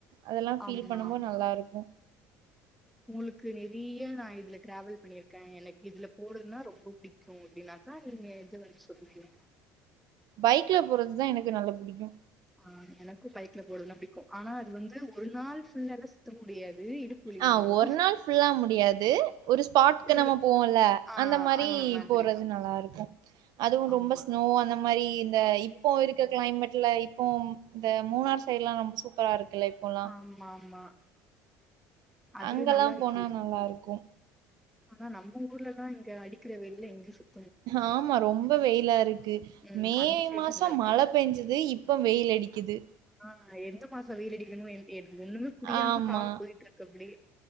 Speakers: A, on the right; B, in the centre.
A: அதெலா ஃபீல்
B: ஆமா
A: பண்ணும்போது நல்லா இருக்கு
B: உங்களுக்கு நெறையா நா இதுல டிராவல் பண்ணிருக்கே எனக்கு இதுல போறதுனா ரொம்ப பிடிக்கு அப்டின்னாக்க நீங்க எது வந்து சொல்வீங்க
A: பைக்ல போறதுதா எனக்கு நல்லா புடிக்கு
B: ஆ எனக்கு பைக்ல போரதுனா பிடிக்கு ஆனா அது வந்து ஒரு நாள் ஃபுல்லாலா சுத்த முடியாது இடுப்பு வலி
A: ஆ
B: வந்துரு
A: ஒரு நாள் ஃபுல்லா முடியாது ஒரு ஸ்பாட்கு
B: ஒரு
A: நம்ம போவோம்ல
B: ஆ
A: அந்த மாரி
B: மாதிரி
A: போறது நல்லா இருக்கு அதுவு ரொம்ப
B: ஆமா
A: ஸ்னோ அந்த மாரி இந்த இப்போ இருக்க கிளைமேட்ல இப்போ இந்த மூணார் சைடுலா நம்ம சூப்பரா இருக் குல இப்பலா
B: ஆமா ஆமா அது
A: அங்கலா
B: நல்லா இருக்கு
A: போனா நல்லா இருக்கு
B: ஆனா நம்ம ஊர்லதா இங்க அடிக்கிற வெயில்ல எங்க சுத்
A: ஆமா ரொம்ப வெயிலா இருக்கு
B: ம்
A: மே
B: அந்த சைடு
A: மாசோ
B: தா நல்லா இருக்கு
A: மழ பெஞ்சது இப்ப வெயில் அடிக்குது
B: ஆ எந்த மாசோ வெயிலடிக்கணு ஏது ஒண்ணுமே புரியாம
A: ஆமா
B: கால போயிட்டு இருக்கு அப்டே